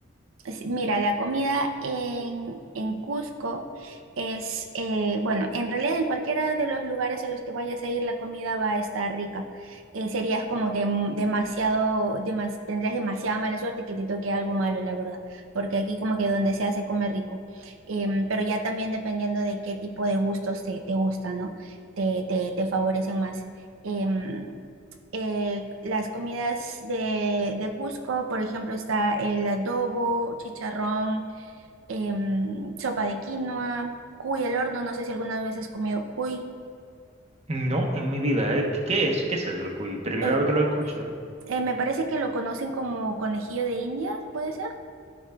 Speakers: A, on the right; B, on the right.
A: es- Mira, la comida en, en Cusco es, eh, bueno, en realidad en cualquiera de los lugares a los que vayas a ir, la comida va a estar rica. Eh, serías como que m- demasiado, demas- tendrías demasiada mala suerte que te toque algo malo, la verdad, porque aquí como que donde sea se come rico. Em, pero ya también dependiendo de qué tipo de gustos te, te gusta, ¿no? Te, te, te favorecen más. Em, eh, las comidas de, de Cusco, por ejemplo, está el adobo, chicharrón, em, sopa de quinoa, cuy al horno, no sé si alguna vez has comido cuy.
B: no, en mi vida, ¿eh? ¿Qué es? ¿Qué es eso, el cuy? Primera
A: El
B: vez
A: cuy,
B: que lo escucho, ¿eh?
A: eh, me parece que lo conocen como conejillo de Indias, ¿puede ser?